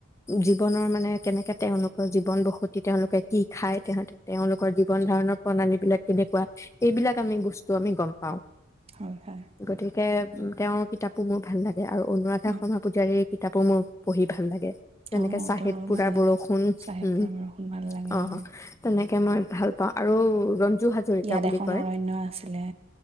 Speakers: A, on the right; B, on the left.
A: উম,
B: জীৱনৰ মানে কেনেকে তেওঁলোকৰ জীৱন বসতি তেওঁলোকে কি খায় তেহ তেওঁলোকৰ জীৱন ধাৰণৰ প্ৰণালী বিলাক কেনেকুৱা? এইবিলাক আমি বস্তু আমি গম পাওঁ।
A: হয়, হয়
B: গতিকে তেওঁৰ কিতাপো মোৰ ভাল লাগ আৰু অনুৰাধা
A: উম,
B: শৰ্মা পূজাৰীৰ কিতাপো মোৰ পঢ়ি ভাল লাগে। যেনেকে
A: অ',
B: চাহেদ
A: তেওঁৰো
B: পুৰা
A: ভাল লাগে
B: বৰষুণ
A: চাহেব
B: উম,
A: পৰামৰ্শন ভাল লাগে
B: অ',
A: হয়
B: তেনেক তাকে মই ভাল পাওঁ আৰু ৰন্ জু হাজৰিকা
A: ইয়াত
B: বুলি
A: এখন
B: কয়
A: অৰণ্য আছিলে।